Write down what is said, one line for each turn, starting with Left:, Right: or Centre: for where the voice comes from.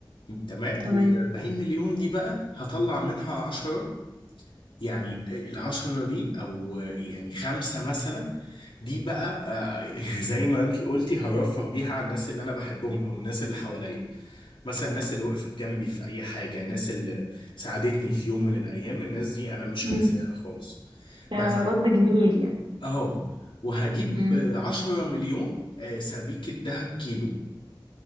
Left: تمام
Right: تمام
Left: وال 40 مليون دي بقى هطلع منها 10 يعني ال 10 دي او يعني خمسة مثلا دي بقى آه، <laughs> زي ما انت قلتي هرفه بيها على الناس اللي انا بحبهم او الناس اللي حواليا مثلا الناس اللي وقفت جنبي في اي حاجة الناس اللي ساعدتني في يوم من الايام الناس دي انا مش
Right: امم
Left: هنساها خالص
Right: كرد
Left: بس
Right: جميل يعني
Left: اه وهجيب
Right: امم
Left: 10 مليون آه، سبيكة ذهب كيلو